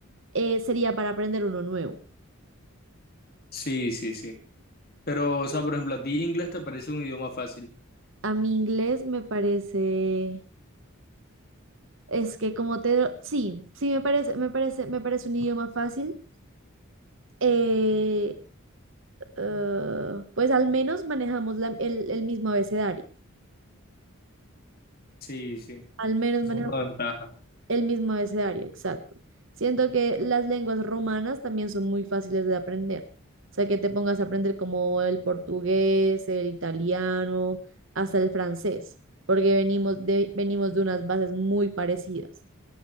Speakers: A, on the right; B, on the left.
A: eh, sería para aprender uno nuevo.
B: Sí, sí, sí. Pero, o sea, por ejemplo, a ti inglés te parece un idioma fácil.
A: A mi inglés me parece, es que como te, sí, sí me parece, me parece, me parece un idioma fácil. Eh, Ah, pues al menos manejamos la- el, el mismo abecedario.
B: Sí, sí,
A: Al menos
B: es
A: manejamos
B: una ventaja.
A: el mismo abecedario, exacto. Siento que las lenguas romanas también son muy fáciles de aprender. O sea, que te pongas a aprender como el portugués, el italiano, hasta el francés, porque venimos de, venimos de unas bases muy parecidas.